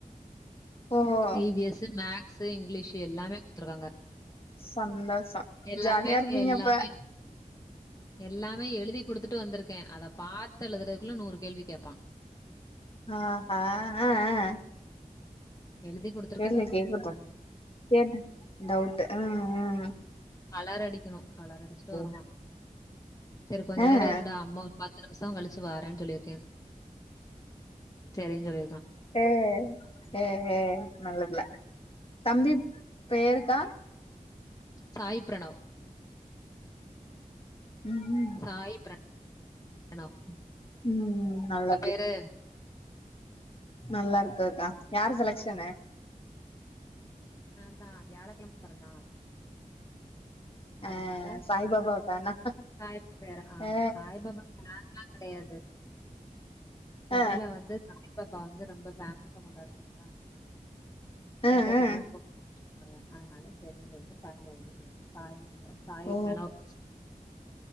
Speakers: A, on the left; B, on the left.
A: ஓஹோ
B: இ வீ யஸ் மேக்ஸ் இங்கிலீஷ் எல்லாமே கொடுத்துருக்காங்க
A: சந்தோஷோ
B: எல்லாமே
A: ஜாலியா இருப்பீங்க
B: எல்லாமே
A: அப்ப
B: எல்லாமே எழுதி கொடுத்துட்டு வந்துருக்க அத பாத்து எழுதுறதுக்குள்ள நூறு கேள்வி கேட்பா
A: ஆஹ ஆ ஆ
B: எழுதி கூடு
A: தெர்ல கேக்கட்டும் கேட்டு டவுட் ம் ம்
B: கலர் அடிக்கணும் கலர் அடிச்சுட்டு வருவா
A: சரி
B: சரி கொஞ்ச
A: ஆ
B: நேர
A: ஆ
B: இருடா அம்மு ஒரு பத்து நிமிஷ கழிச்சு வாரன்னு சொல்லியிருக்க சரினு சொல்ரிக்கா
A: அ அ நல்ல புள்ள தம்பி பேருக்கா
B: சாய் பிரணவ்
A: ம் ம்
B: சாய் பிரணவ்
A: ம் நல்ல
B: அ பேரு
A: நல்லா இருக்குதுக்கா யார் செலக்சன்னு
B: நாதா வியாழக்கிழம்மா பிறந்தா
A: ஆ
B: அதனால
A: சாய்பாபா ஃபேனா
B: சாய் பேர் ஆம்
A: ஆ
B: சாய் பாபா கிடையாது சென்னையில
A: ஆ
B: வந்து சாய் பாபா வந்து ரொம்ப பேமஸா கொண்டாடுவாங்களா
A: ஆ
B: எங்க
A: ஆ
B: போனாலு அத அதனால சரின்னு சொல்லிட்டு வந்து சாய் வச்ச சாய்
A: ஓ
B: பிரணவ்